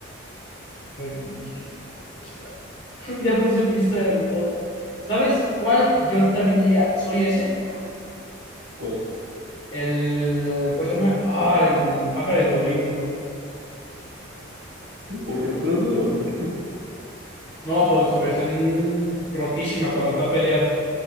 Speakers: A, on the left (about 30°); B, on the right (about 45°).
A: Y que está. <laughs> Ya puse mi Instagram y todo. ¿Sabes cuál? Yo también diría, soy ese.
B: ¿Cuál?
A: El, ¿cómo se llama? Ah, el pájaro de Duolingo.
B: ¿Por castrado o por qué? <laughs>
A: No, pero en su versión rotísima cuando fue a pelear.